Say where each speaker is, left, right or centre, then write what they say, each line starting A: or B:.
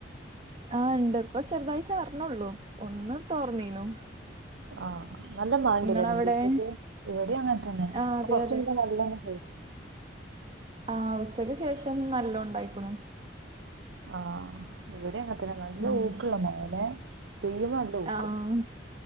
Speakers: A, on the right; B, on the right.
A: ആ ഇണ്ട് ഇപ്പൊ ചെറ്താഴി ച്ചാറ് ണെ ള്ളു ഒന്ന് തോർന്നീനു
B: ആ നല്ല മഴണ്ട്
A: ഇങ്ങളവിടെ
B: ലേ രണ്ടീസായിട്ട് ഇവിടി അങ്ങന് തന്നെ
A: ആഹ്
B: പ്പൊ
A: അതെ
B: കൊറച്ച്
A: അതെ
B: മുന്നെ നല്ലൊന്ന് പെയ്ത്
A: ആ ഉച്ചക്ക് ശേഷം നല്ലോണ്ടായിക്ക്ണു
B: ആ ഇവിടെ അങ്ങന് ത്തന്നെ നല്ല
A: ഉം
B: ഊക്ക്ള്ള മഴ ലേ പെയ്യുമ്പം നല്ല ഊക്ക്
A: ആഹ്